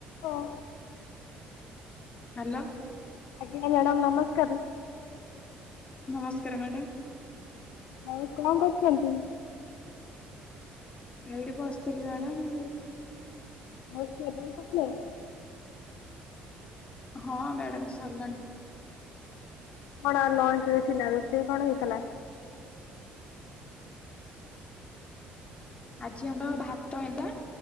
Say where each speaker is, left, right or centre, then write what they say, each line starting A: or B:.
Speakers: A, on the left; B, on the left.
A: ହଁ।
B: ହ୍ୟାଲୋ।
A: ଆଜ୍ଞା ମ୍ୟାଡ଼ାମ ନମସ୍କାର।
B: ନମସ୍କାର ମ୍ୟାଡ଼ାମ୍।
A: ଆଉ କଣ କରୁଛନ୍ତି।
B: ଏଇଠି ବସିଥିଲି ମ୍ୟାଡ଼ାମ ମୁଁ।
A: ହଉଛି <unintelligible>
B: ହଁ ମ୍ୟାଡାମ ସରିଲାଣି।
A: କଣ ଲଞ୍ଚ୍ ରେ ଥିଲା ରୋଷେଇ କଣ ହେଇଥିଲା।
B: ଆଜି ଆମର ଭାତ ହେଲା